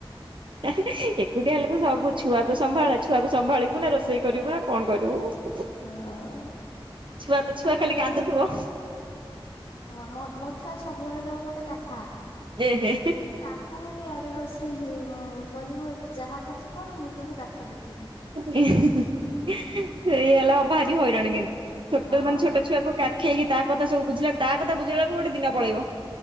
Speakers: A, on the right; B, on the left.
A: ଏକୁଟିିଆ ହେଲେ ତ ସବୁ ଛୁଆକୁ ସମ୍ଭାଳ ଛୁଆକୁ ସମ୍ଭାଳିବୁ ନା ରୋଷେଇ କରିବୁ ନା କଣ କରିବୁ।
B: ହଁ।
A: ଛୁଆ ତ
B: ତାପରେ
A: ଛୁଆ ଖାଲି କାନ୍ଦୁଥିବ।
B: ହଁ ମୋ ମୋ ଛୁଆ ସବୁବେଳେ କହିବ ମତେ କାଖା।
A: ଏ ହେ
B: ମୁଁ କାଖ ହେବି ଆଡେ ରୋଷେଇ ହିିଇ କରିବୁ ତୁ ଯାହା କରୁଛୁ କର ମୁଁ କିନ୍ତୁ ପାଖରେ ଥିବି।
A: ସେଇ ହେଲା ଭାରି ହଇରାଣ କିନ୍ତୁ
B: ହଁ
A: ଛୋଟ ମାନେ ଛୋଟ ଛୁଆକୁ କା ଖେଇକି ତା କଥା ସବୁ ବୁଝିଲା ତା କଥା ବୁଝିଲା ବେଳିକୁ ଗୋଟେ ଦିନ ପଳେଇବ।